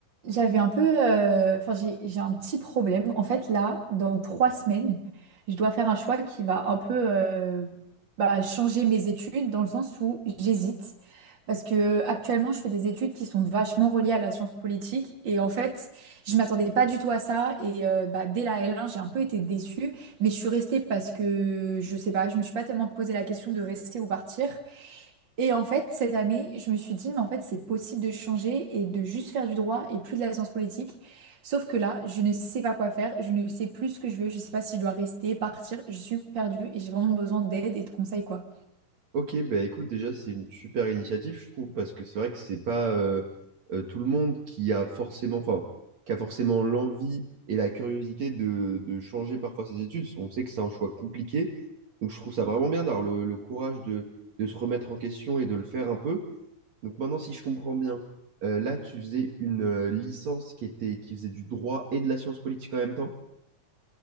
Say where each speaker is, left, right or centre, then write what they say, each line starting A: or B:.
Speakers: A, on the right; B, on the right.
A: J'avais un peu, euh, enfin j'ai j'ai un petit problème. En fait là, dans trois semaines, je dois faire un choix qui va un peu euh, bah, changer mes études dans le sens où j'hésite parce que euh, actuellement je fais des études qui sont vachement reliées à la science politique et en fait je m'attendais pas du tout à ça et euh, bah, dès la L1 j'ai un peu été déçue mais je suis restée parce que je sais pas, je me suis pas tellement posé la question de rester ou partir et en fait, cette année, je me suis dit, mais en fait, c'est possible de changer et de juste faire du droit et plus de la science politique. Sauf que là, je ne sais pas quoi faire, je ne sais plus ce que je veux, je ne sais pas si je dois rester, partir, je suis perdue et j'ai vraiment besoin d'aide et de conseils, quoi.
B: Ok, bah écoute, déjà, c'est une super initiative, je trouve, parce que c'est vrai que c'est pas euh, euh, tout le monde qui a forcément, enfin, qui a forcément l'envie et la curiosité de, de changer parfois ses études. On sait que c'est un choix compliqué, donc je trouve ça vraiment bien d'avoir le, le courage de, de se remettre en question et de le faire un peu. Donc maintenant, si je comprends bien, euh, là, tu faisais une euh, licence qui était, qui faisait du droit et de la science politique en même temps.